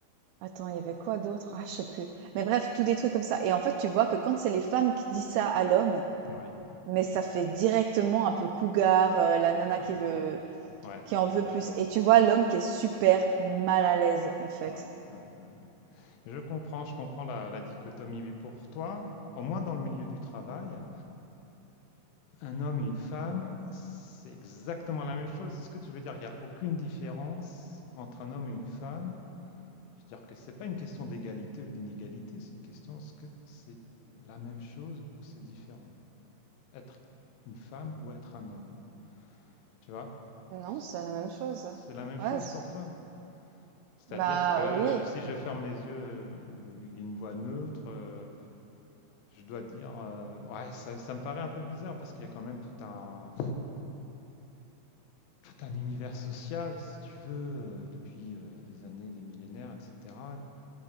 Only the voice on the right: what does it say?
attends, il y avait quoi d'autre? Ah, je sais plus. Mais bref, tous des trucs comme ça et en fait, tu vois que quand c'est les femmes qui disent ça à l'homme,
mais ça fait directement un peu cougar, heu, la nana
qui veut
qui
en veut
plus et tu vois l'homme qui est super mal à l'aise, en fait.
Non,
c'est la même chose.
Ouais,
c
bah,
oui.